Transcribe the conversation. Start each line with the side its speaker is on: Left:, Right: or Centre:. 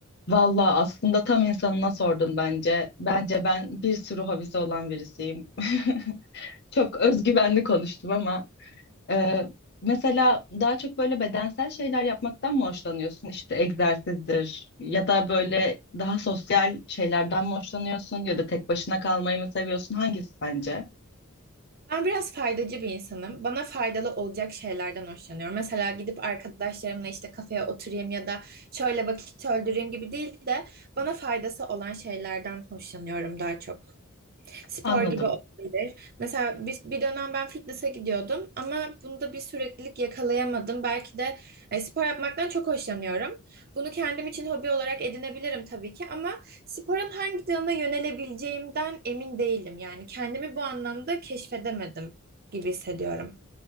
Left: Valla aslında tam insanına sordun bence. Bence ben bir sürü hobisi olan birisiyim. <laughs> Çok özgüvenli konuştum ama e, mesela daha çok böyle bedensel şeyler yapmaktan mı hoşlanıyorsun? İşte egzersizdir ya da böyle daha sosyal şeylerden mi hoşlanıyorsun ya da tek başına kalmayı mı seviyorsun? Hangisi sence?
Right: Ben biraz faydacı bir insanım. Bana faydalı olacak şeylerden hoşlanıyorum. Mesela gidip arkadaşlarımla işte kafeye oturayım ya da şöyle vakit öldüreyim gibi değil de bana faydası olan şeylerden hoşlanıyorum daha çok. Spor
Left: Anladım.
Right: gibi olabilir. Mesela bir, bir dönem ben fitness'a gidiyordum ama bunda bir süreklilik yakalayamadım. Belki de e, spor yapmaktan çok hoşlanıyorum. Bunu kendim için hobi olarak edinebilirim tabii ki ama sporun hangi dalına yönelebileceğimden emin değilim. Yani kendimi bu anlamda keşfedemedim gibi hissediyorum.